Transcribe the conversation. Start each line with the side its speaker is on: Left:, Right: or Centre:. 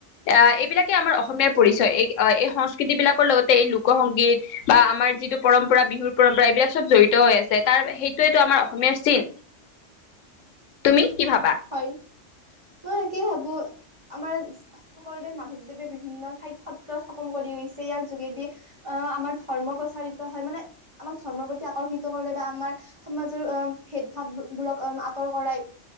Left: আহ এইবিলাকে আমাৰ অসমীয়াৰ পৰিচয়, এই- এই সংস্কৃতি বিলাকৰ লগতে এই লোক সংংগীত বা আমাৰ যিটো পৰম্পৰা বিহুৰ পৰম্পৰা এইবিলাক চব জড়িত হৈ আছে, তাৰ সেইটোয়েই টো আমাৰ অসমীয়াৰ চিন। তুমি কি ভাবা
Right: হয়, মই একেই ভাবো আমাৰ শংকৰদেৱ, মাধৱদেৱে বিভিন্ন ঠাইত সত্ৰ স্থাপন কৰি গৈছে, ইয়াৰ যোগেদি আহ, আমাৰ ধৰ্ম প্ৰচাৰিত হয়, মানে আমাক ধৰ্মৰ প্ৰতি আকৰ্ষিত কৰে বা আমাৰ সমাজৰ ভেদ- -ভাৱ বোৰক আঁতৰ কৰাই।